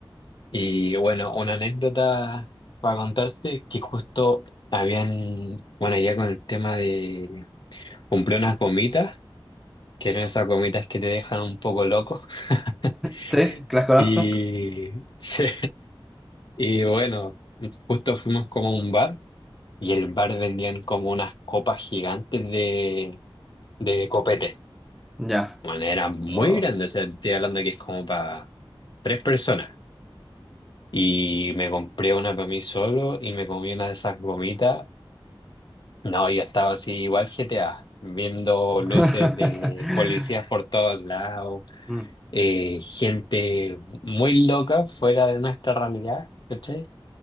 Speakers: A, on the left; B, in the centre.
A: Y bueno, una anécdota para contarte que justo habían, bueno, ya con el tema de compré unas gomitas que eran esas gomitas que te dejan un poco loco. <laughs>
B: ¿Sí? ¿Que las conozco?
A: Y, sí. Y bueno, justo fuimos como a un bar y el bar vendían como unas copas gigantes de, de copete.
B: Ya.
A: Bueno, era muy
B: Oh.
A: grande, o sea, estoy hablando que es como para tres personas. Y me compré una para mí solo y me comí una de esas gomitas. No, yo estaba así igual GTA, viendo
B: <laughs>
A: luces de policías por todos lados.
B: Mm.
A: eh, gente muy loca fuera de nuestra realidad, ¿cachai?